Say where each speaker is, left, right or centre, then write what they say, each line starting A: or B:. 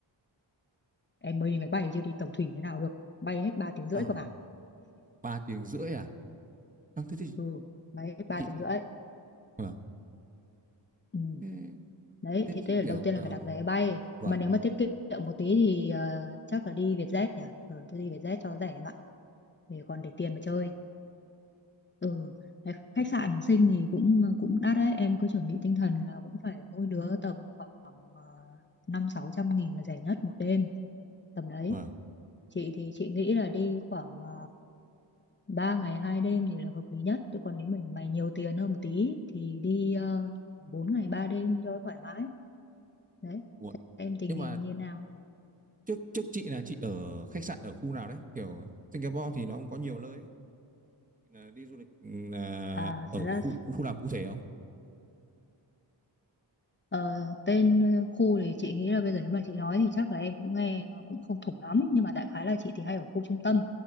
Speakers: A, on the left; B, on the right.
A: em mới đi máy bay chứ đi tàu thủy thế nào được bay hết ba tiếng rưỡi
B: à,
A: cơ mà
B: ba tiếng rưỡi à, à thế thì
A: ừ bay hết ba
B: chị
A: tiếng
B: thì
A: rưỡi
B: Vâng.
A: ừ.
B: thế,
A: đấy
B: thế
A: thế
B: chị
A: thế là
B: kiểu
A: đầu tiên
B: ờ,
A: là phải đặt vé bay
B: vâng
A: mà nếu mà tiết kiệm một tí thì ờ, chắc là đi Vietjet nhỉ ừ, tôi đi Vietjet cho rẻ em ạ để còn để tiền mà chơi
B: vâng.
A: ừ cái khách sạn ở Sinh thì cũng cũng đắt đấy em cứ chuẩn bị tinh thần là cũng phải mỗi đứa tầm khoảng ờ, năm sáu trăm nghìn là rẻ nhất một đêm tầm đấy
B: Vâng.
A: chị thì chị nghĩ là đi khoảng ờ, ba ngày hai đêm thì là hợp lý nhất chứ còn nếu mình mày nhiều tiền hơn một tí thì đi ờ, bốn ngày ba đêm cho thoải mái đấy
B: Ủa,
A: em tình
B: Nhưng
A: hình
B: mà
A: như nào
B: trước trước chị là chị ở khách sạn ở khu nào đấy? Kiểu Singapore thì nó cũng có nhiều nơi ấy. Chị Là đi du lịch ừ, là
A: à
B: ở
A: thật ra
B: cái khu khu nào cụ thể không?
A: ờ, tên ờ, khu thì chị nghĩ là bây giờ nếu mà chị nói thì chắc là em cũng nghe nó cũng không thủng lắm nhưng mà đại khái là chị thì hay ở khu trung tâm